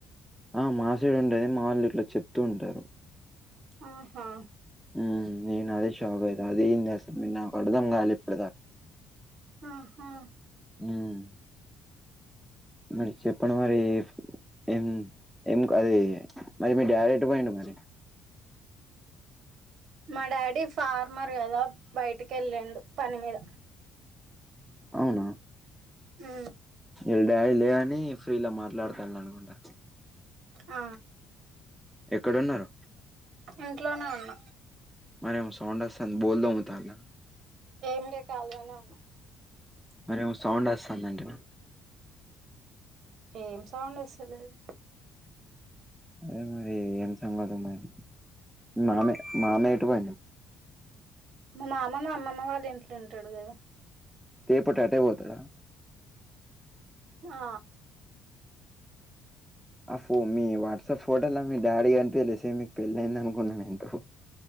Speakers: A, in the centre; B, on the right (about 60°).
A: ఆ మా సైడు ఉండేది మా వాళ్ళు ఇట్లా చెప్తూ ఉంటారు
B: ఆహా
A: ఉమ్ నేను అదే షాక్ అయిత అదే ఏంది అసలు మీరు నాకు అర్థం కాలే ఇప్పుడు దాకా
B: ఆహా
A: ఉమ్ మరి చెప్పండి మరి ఏం ఏం అది మరి మీ డాడీ ఎటు పోయిండు మరి
B: మా డాడీ ఫార్మర్ కదా బయటికి ఎల్లిండు పని మీద
A: అవునా
B: ఆ
A: వీళ్ళ డాడి లేడని ఫ్రీలో మాట్లాడతానానుకుంటా
B: ఆ
A: ఎక్కడన్నారు
B: ఇంట్లోనే ఉన్నా
A: మరేమో సౌండ్ వస్తాంది బోళ్ళు తోమ్తాలా
B: ఏమి లేదు ఖాళీగానే ఉన్నా
A: మరేమో సౌండ్ వస్తుందంటేనా
B: ఏం సౌండ్ వస్తలేదు
A: అదే మరి ఏం సంగతి మరి మామ మామయ్య ఎటు పోయిండు
B: మా మామ మా అమ్మమ్మ వాళ్ళ ఇంట్లో ఉంటాడు కదా
A: తేపటు అటే పోతాడా
B: ఆ
A: ఆ ఫో మీ వాట్సాప్ ఫోటోలా మీ డాడీ కనిపియలే సేమ్ మీకు పెళ్ళయింది అనుకున్నా ఎంతో